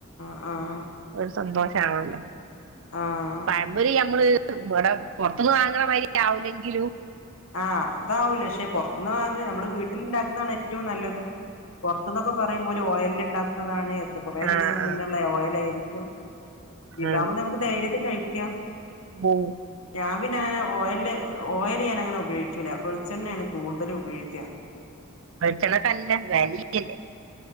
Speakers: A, on the left; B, on the right.
A: ആഹ്
B: ഒരു സന്തോഷം ആണല്ലോ
A: ആ
B: പഴമ്പൊരി നമ്മള് ഇവിടെ പൊറത്തൂന്ന് വാങ്ങണ മാതിരി ആവില്ലെങ്കിലും
A: ആഹ് അതാവൂല്ല പക്ഷെ പുറത്തുനിന്ന് വാങ്ങുന്ന നമ്മള് വീട്ടിലുണ്ടാക്കുന്നതാണ് ഏറ്റവും നല്ലത്. പുറത്തൂന്നൊക്കെ പറയുമ്പോ ഓയിലിൽ ഉണ്ടാക്കുന്നതാണ്. കുറേ
B: ആഹ്
A: ദിവസം മുന്നുള്ള
B: ആഹ്
A: ഓയിലാ യിരിക്കും ഇ <inaudible> ഇതാകുമ്പോ
B: ഉം
A: നമുക്ക് ധൈരൃത്തെ കഴി <unintelligible>
B: ഓ
A: ഞാൻ പിന്നെങ്ങനെ ഓയിലിൽ ഓയിലു ഞാനെങ്ങനെ? ഉപയോഗിക്കില്ല. വെളിച്ചെണ്ണയാണ് കൂടുതല് ഉപയോഗിക്കുക.
B: വെളിച്ചെണ്ണക്ക് നല്ല വിലയല്ലേ